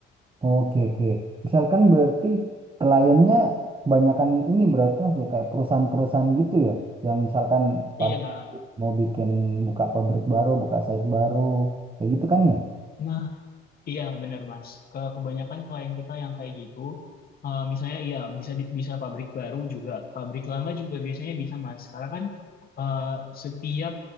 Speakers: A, on the right (about 25°); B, on the left (about 45°).
A: oke oke. Misalkan berarti kliennya kebanyakan ini berarti Mas, ya kayak perusahaan-perusahaan gitu ya yang misalkan
B: Iya,
A: pab- mau bikin buka pabrik baru, buka site baru kayak gitu kan ya?
B: Nah, iya benar Mas. Ke kebanyakan klien kita yang kayak gitu, eh, misalnya iya bisa di- bisa pabrik baru juga, pabrik lama juga biasanya bisa Mas. Karena kan eh, setiap